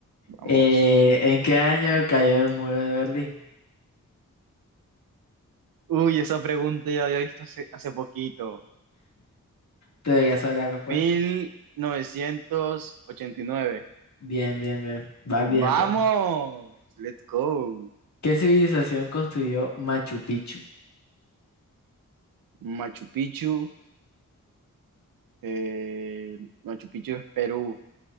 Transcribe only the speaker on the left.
Eh, ¿en qué año cayó el muro de Berlín?
Te debería saber la respuesta.
Bien, bien, bien. Va bien,
va bien.
¿Qué civilización construyó Machu Picchu?